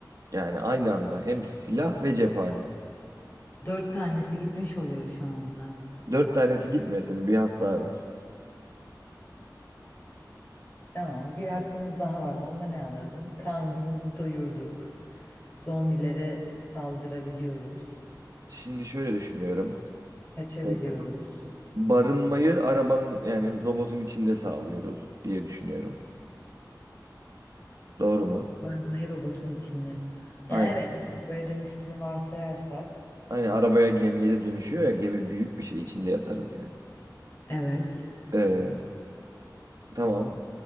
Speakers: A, on the right; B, on the left.
A: yani aynı anda hem silah ve cephane.
B: Dört tanesi gitmiş oluyor şu anda.
A: Dört tanesi gitmesin bir hat daha ver.
B: Tamam, bir hakkımız daha var. Onda ne alırdın? Karnımızı doyurduk. Zombilere saldırabiliyoruz.
A: Şimdi şöyle düşünüyorum.
B: Kaçabiliyoruz.
A: Evet. Barınmayı arabanın yani robotun içinde sağlıyoruz diye düşünüyorum. Doğru mu?
B: Barınmayı robotun içinde. Ya
A: Aynen.
B: evet, arabaya dönüştüğünü varsayarsak.
A: Aynen arabaya gemiye de dönüşüyor ya gemi büyük bir şey içinde yatarız yani.
B: Evet.
A: Ee, tamam.